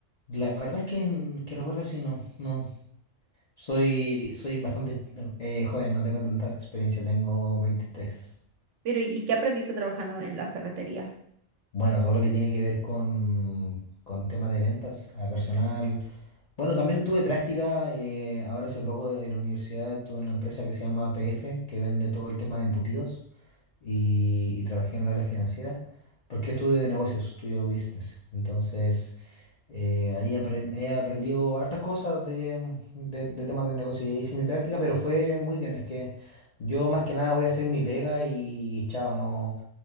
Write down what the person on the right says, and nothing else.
Pero, ¿y y qué aprendiste trabajando en la ferretería?